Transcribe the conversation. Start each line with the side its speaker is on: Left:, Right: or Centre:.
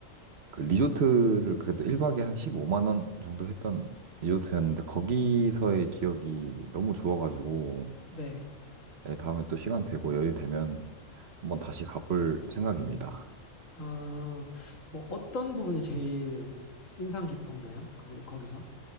Right: 그 리조트를 그래도 1박에 한 15만 원 정도 했던 리조트였는데 거기서의 기억이 너무 좋아가지고
Left: 네.
Right: 네, 다음에 또 시간 되고 여유 되면 한번 다시 가볼 생각입니다.
Left: 아, 뭐 어떤 부분이 제일 인상 깊었나요? 그 부- 거기서?